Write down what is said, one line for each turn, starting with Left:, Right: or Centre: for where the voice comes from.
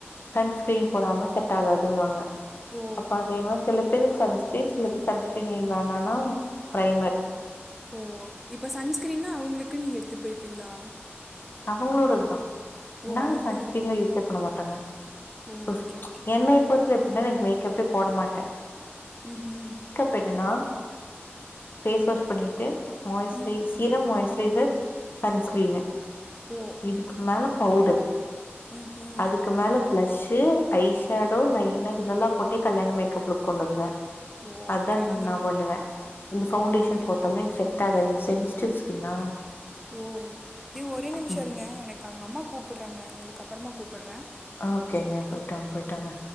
Left: சன்ஸ்க்ரீன் போடாம செட் ஆகாதுன்வாங்க
Centre: ஓ
Left: அப்ப அதே மாரி சில பேருக் சன்ஸ்க்ரீன் சில பேர் சன்ஸ்க்ரீன் எனக் வேண்டான்னா ப்ரைமர்
Centre: ஓ இப்போ சன்ஸ்க்ரீன்னா அவுங்களுக்கு நீங்க எடுத்துட் போய்ப்பீங்ளா
Left: அவங்களோட தா
Centre: ஓ
Left: நாங்க
Centre: அவங்களோடது
Left: சன்ஸ்க்ரீன்லா
Centre: போ
Left: யூஸே பண்ண மாட்டோங்க
Centre: ஓ
Left: ஓஸ்
Centre: ஓகே ஓகே
Left: என்னைய பொறுத் வர எப்பிட்னா நா எனக் மேக்கப்பே போட மாட்டே
Centre: ம் ம்
Left: ப என்னனா ஃபேஸ் வாஷ் பண்ணீட்டு moisturise
Centre: ம்
Left: serum moisturiser sunscreen
Centre: ஓ!
Left: இதுக்கு மேல பவுடர்
Centre: ம்ஹ்ம்.
Left: அதுக்கு மேல
Centre: ஓ!
Left: ப்ளஷ்ஷு, ஐ ஷேடோ லைனட் இதெல்லா போட்டே கல்யாண மேக்கப் லுக் கொண்டு வருவே
Centre: ஓ!
Left: அதா
Centre: ஓகே. அந்த
Left: நா பண்ணுவே இந்த Foundation
Centre: ஓ! okay.
Left: போட்டாலே எனக் செட்டாகாது எனக் சென்ஸ்டீவ் ஸ்கின்னா
Centre: ஓ ஏ ஒரே நிமிஷோ
Left: ம்
Centre: இருங்க எனக் அங்க அம்மா கூப்பட்றாங்க உங்களுக்கு அப்பறமா கூப்பட்றே
Left: ஓகேங்க போய்ட்வாங் போய்ட்வாங்க